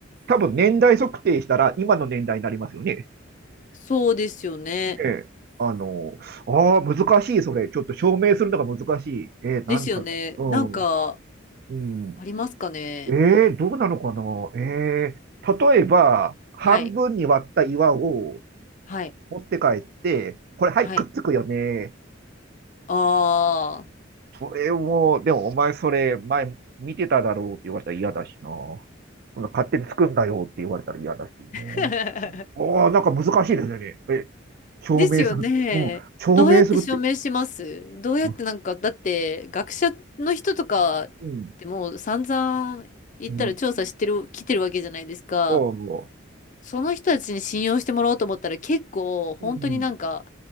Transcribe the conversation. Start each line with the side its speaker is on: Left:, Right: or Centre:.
Right: 多分年代測定したら今の年代になりますよね。
Left: そうですよね。
Right: ええ、あの、ああ、難しい、それ。ちょっと証明するのが難しい。ええ、なんか、
Left: ですよね。
Right: うん、
Left: なんか、
Right: うん。
Left: ありますかね。
Right: ええ、どうなのかな。ええ、例えば、半分に割った岩を
Left: はい、はい、
Right: 持って帰って、これ、はい、
Left: はい。
Right: くっつくよね。
Left: <laughs> ああ。
Right: それを、でも、お前、それ、前、見てただろうって言われたら嫌だしな。そんな勝手につくんだよって言われたら嫌だしね。
Left: <laughs>
Right: ああ、なんか難しいですよね。え、証明する。
Left: ですよね。
Right: うん、証明するって。
Left: どうやって証明しますどうやってなんか、
Right: うん、
Left: だって学者の人とかってもう散々言ったら調査してる、
Right: うん、うん。
Left: 来てるわけじゃないですか。
Right: おう、
Left: その人たちに信用してもらおうと思ったら結構本当になんか、
Right: うん、